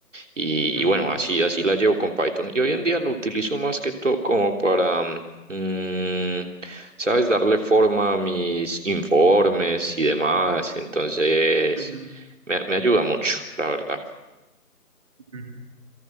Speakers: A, on the right (about 50°); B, on the right (about 20°).
A: Y,
B: Ujú,
A: y bueno, así, así la llevo con Python. Y hoy en día lo utilizo más que todo como para, mm, mm, ¿sabes? Darle forma a mis informes y demás. Entonces,
B: ujú,
A: me, me ayuda mucho, la verdad.
B: ujú.